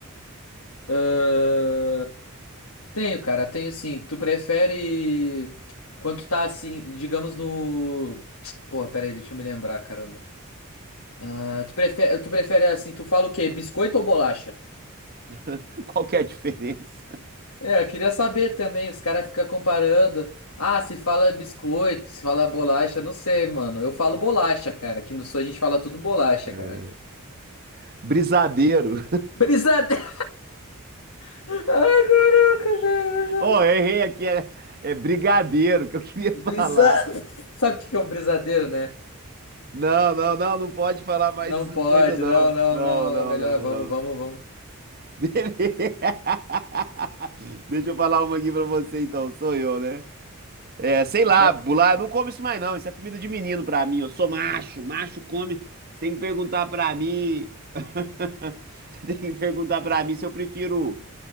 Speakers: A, on the left; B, on the right.
A: Ahn, Tenho, cara, tenho sim. Tu prefere quando tu tá assim, digamos no. Porra, pera aí, deixa eu me lembrar, caramba. Ah, tu prefere, tu prefere assim, tu fala o quê? Biscoito ou bolacha?
B: <laughs> Qual que é a diferença?
A: É, eu queria saber também, os caras ficam comparando. Ah, se fala biscoito, se fala bolacha, eu não sei, mano. Eu falo bolacha, cara. Aqui no sul a gente fala tudo bolacha,
B: É.
A: cara.
B: Brisadeiro.
A: Brisadeiro! <laughs> Ai, caraca, velho.
B: Oh, eu errei aqui, é, é brigadeiro que eu queria
A: Brisa...
B: <laughs> falar.
A: <laughs> Sabe o que que é um brisadeiro, né?
B: Não, não, não, não pode falar mais
A: Não
B: essas
A: pode,
B: coisas, não.
A: não, não,
B: Não,
A: não.
B: não,
A: É melhor,
B: não,
A: vamos,
B: não.
A: vamos, vamos.
B: Beleza. <laughs> Deixa eu falar uma aqui pra você, então. Sou eu, né? É, sei lá,
A: Aham.
B: bular, eu não como isso mais não. Isso é comida de menino pra mim. Eu sou macho, macho come. Você tem que perguntar pra mim. <laughs> Você tem que perguntar pra mim se eu prefiro